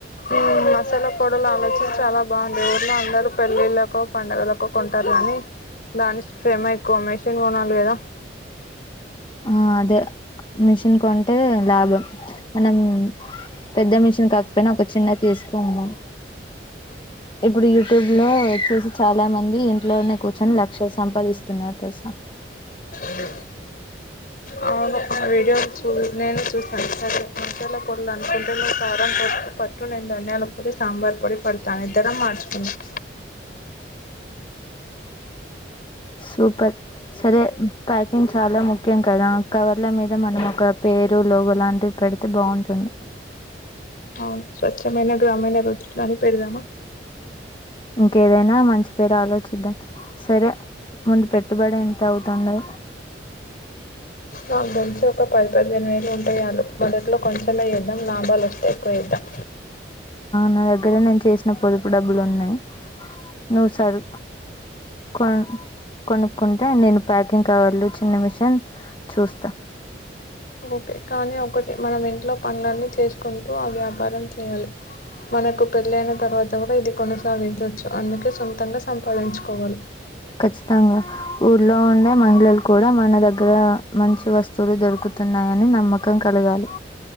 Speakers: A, on the left (about 50°); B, on the left (about 25°).
A: ఉమ్, మసాలా పొడుల ఆలోచన చాలా బావుంది ఊర్లో అందరూ పె పెళ్ల్ళళ్ళలకు పండుగలకు కొంటారు కాని దాని శ్రమ ఎక్కు ఇంకో మిషిన్ కొనాలి కదా
B: ఆ అదే మిషిన్ కొం అంటే లాభం మనం పెద్ద మిషన్ కాకపోయినా ఒక చిన్నది తీసుకున్దాం ఇప్పుడు యూట్యూబ్ లో వచ్చేసి చాలా మంది ఇంట్లోనే కూర్చొని లక్షలు సంపాదిస్త తున్నారు తెలుసా
A: అలి అవును వీడియో నేను చూశాను మసాలా పొడిలు అనుకుంటే కారం పసుకు పట్టు నేను ధనియాల పొడి సాంబార్ పొడి పడతాను ఇద్దడం మార్చుకుద్దాం
B: సూపర్ సరే ప్యాకింగ్ చాలా ముఖ్యం కద కవర్ల మీద మనం ఒక పేరు లోగో లాంటిది పెడితే బావుంటుంది
A: అవును స్వచ్ఛమైన గ్రామీణ రుచులని పెడదామా
B: ఇంకేదైనా మంచి పేరు ఆలోచిద్దాం సరే ముందు పెట్ పెట్టుబడి ఎంత అవుతుందో
A: నాకు తెల్సి ఒక పది పదిహేను వేళలు ఉంటేయాళ మొదట్లో కొంచెమే చేద్దాం లాభాలు వస్తే ఎక్కువ చేద్దాం
B: నా దగ్గరే నేను చేసిన పొదుపు డబ్బులు ఉన్నాయి నువ్వు సరు కొను కొనుక్కుంటే నేను ప్యాకింగ్ కావాాల చిన్న మిషన్ చూస్తా
A: ఓకే కానీ ఒకటి మనం ఇంట్లో పనులన్నీ చేసు కుంటూ ఆ వ్యాపారం చేయాలి మనకు పెళ్ళ అయిన తర్వాత కూడా ఇది కొనసాగించవచ్చు అందుకే సొంతంగా సంపాదించుకోవాలి
B: ఖచ్చితంగా ఊ లో ఉండే మహిళలు కూడా మన దగ్గర మంచి వస్తువులు దొరుకుతున్నాయని నమ్మకం కలగాలి